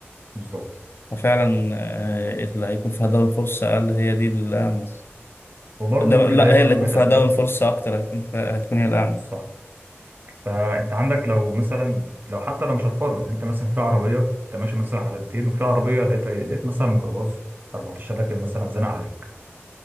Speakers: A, on the right; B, on the left.
A: بالظبط
B: وفعلا آه، اللي هيكون فيها داون فرصة أقل هي دي الأعمى
A: وبرضه
B: ده
A: ممكن
B: لا
A: لاقي
B: هي
A: سبب
B: اللي هيكون
A: من
B: فيها
A: الاسباب
B: داون فرصة أكتر هتكون فيها هتكون هي الأعمى
A: صح فانت عندك لو مثلا لو حتى لو مش هتفرمد انت مثلا في عربيه انت ماشي مثلا على 200 وفي عربيه لقيت إيه؟ لقيت مثلا ميكروباص 14 راكب مثلا زنق عليك